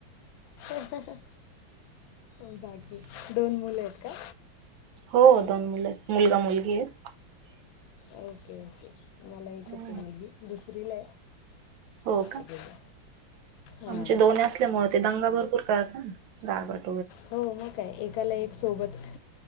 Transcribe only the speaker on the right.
हो दोन मुले आहेत मुलगा मुलगी आहेत.
आहेत
हो
का
आमचे दोन् असल्यामुळे ते दंगा भरपूर करत ना <unintelligible> गागड